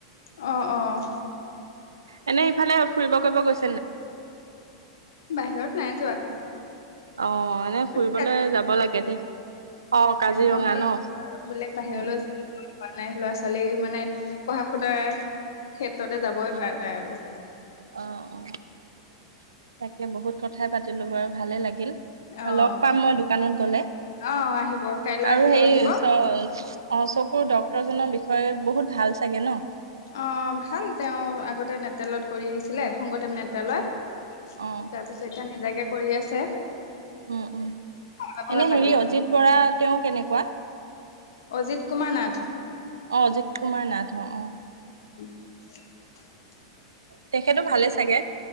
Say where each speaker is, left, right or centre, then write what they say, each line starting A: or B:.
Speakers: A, on the left; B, on the right.
A: অ', অ',
B: এনে। ইফালে ফুৰিব কৰিব গৈছা?
A: বাহিৰত নাই যোৱা।
B: অ, এনে
A: বোলে
B: ফুৰিবলৈ যাব লাগে দেই। কাজিৰঙা
A: খেতিয়ক সকলক
B: ন?
A: বাহিৰলৈ
B: উম
A: যোৱাৰ <unintelligible> পোৱা নাই ল'ৰা ছোৱালী মানে, পঢ়া শুনা। কতো যাবই
B: উম
A: পাৰা নাই আৰু।
B: অ অ তাকে, বহুত কথাই পাতিলো বাৰু ভালে লাগিল।
A: অ',
B: লগ পাম মই দোকানত গলে,
A: অ', আহিব কাইলৈ
B: আৰু
A: আহিলেও
B: সেই
A: আহিব।
B: চকুৰ ডাক্তৰ জনৰ। হয়, বহুত ভাল চাগে ন?
A: অ, ভাল তেওঁ আগতে নেতেলত কৰি আহিছিলে সংগত। নেতল তাৰপিছত
B: অ অ
A: এতিয়া <unintelligible> নিজাকে কৰি আছে।
B: উম উম,
A: ব্যৱহাৰ
B: এনে
A: পাতি
B: হেৰি অজিত বৰা। তেওঁ কেনেকুৱা?
A: অজিত কুমাৰ নাথ।
B: অ, অজিত কুমাৰ নাথ অ অ।
A: টি <unintelligible>
B: তেখেতো ভালে চাগে?